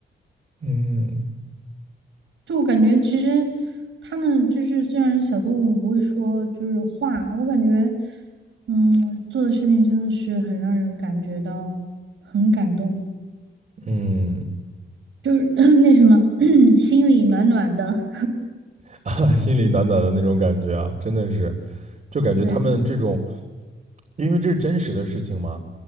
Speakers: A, on the right (about 40°); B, on the right (about 80°).
A: 嗯
B: 就我感觉，其实他们就是虽然小动物不会说就是话，我感觉，嗯，做的事情真的是很让人感觉到很感动，
A: 嗯，
B: 就是 <coughs> <clears throat> 那什么 <clears throat>，<coughs> 心里暖暖的。
A: <laughs> 啊，心里暖暖的那种感觉啊，真的是，就感觉他们这种
B: <laughs> 对，
A: 因为这是真实的事情嘛，